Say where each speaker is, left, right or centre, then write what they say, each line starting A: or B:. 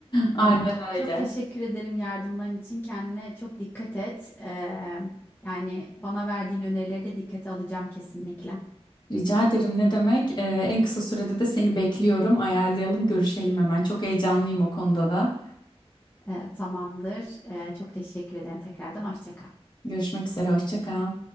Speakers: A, on the left; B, on the left.
A: Aynen
B: Ee,
A: öyle.
B: çok teşekkür ederim yardımların için. Kendine çok dikkat et. Ee, yani bana verdiğin önerileri de dikkate alacağım kesinlikle.
A: Rica ederim ne demek? Ee, en kısa sürede de seni bekliyorum. Ayarlayalım, görüşelim hemen. Çok heyecanlıyım o konuda da.
B: Ee, tamamdır. Ee, çok teşekkür ederim tekrardan. Hoşça kal.
A: Görüşmek üzere. Hoşça kal.